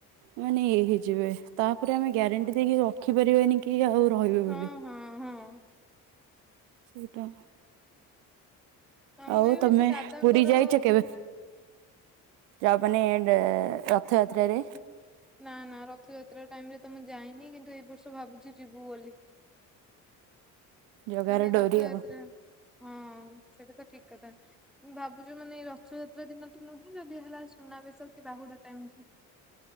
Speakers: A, on the right; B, in the centre.
A: ମାନେ ଇଏ ହେଇଯିବେ, ତାପରେ ଆମେ ଗ୍ୟାରେଣ୍ଟି ଦେଇକି ରଖିପାରିବେନି କି ଆଉ ରହିବେ
B: ହଁ
A: ବୋଲି
B: ହଁ ହଁ
A: ସେଟା
B: ଆମେ
A: ଆଉ
B: ବି
A: ତମେ
B: ସେ ଦାଦାଙ୍କର
A: ପୁରୀ ଯାଇଛ କେବେ? ଯ ମାନ ରଥଯାତ୍ରାରେରେ
B: ନା ନା ରଥଯାତ୍ରା ଟାଇମ ରେ ତ ମୁଁ ଯାଇନି କିନ୍ତୁ ଏଇର୍ଷ ଭାବୁଛି ଯିବୁ ବୋଲି
A: ଜଗାର
B: ମାନେ
A: ଡୋରି
B: ରଥଯାତ୍ରା
A: ଆଉ
B: ହଁ, ସେଇଟା ତ ଠିକ କଥା। ମୁଁ ଭାବୁଛି ମାନେ ଏଇ ରଥଯାତ୍ରା ଦିନ ତ ନୁହେଁ ଯଦି ହେଲା ସୁନାବେେଶ କି ବାହୁଡା ଟାଇମ କି